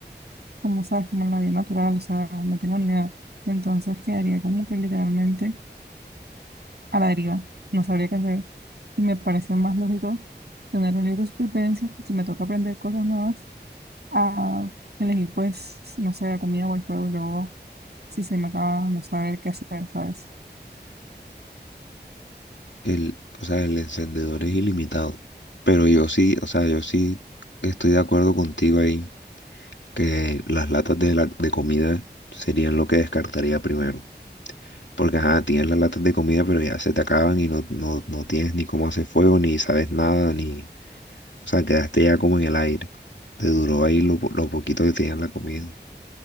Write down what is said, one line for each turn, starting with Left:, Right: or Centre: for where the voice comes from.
Right: como sabes, como en la vida natural, o sea, no tengo ni idea. Entonces quedaría como que literalmente a la deriva, no sabría qué hacer. Y me parece más lógico tener un libro de supervivencia, si me toca aprender cosas nuevas, a elegir, pues, no sé, la comida o el fuego, y luego, si se me acaba, no saber qué hacer, ¿sabes?
Left: El, o sea, el encendedor es ilimitado. Pero yo sí, o sea, yo sí estoy de acuerdo contigo ahí que las latas de, la- de comida serían lo que descartaría primero. Porque, ajá, tienes las latas de comida, pero ya se te acaban y no, no, no tienes ni cómo hacer fuego, ni sabes nada, ni... O sea, quedaste ya como en el aire. Te duró ahí lo, po- lo poquito que tenías la comida.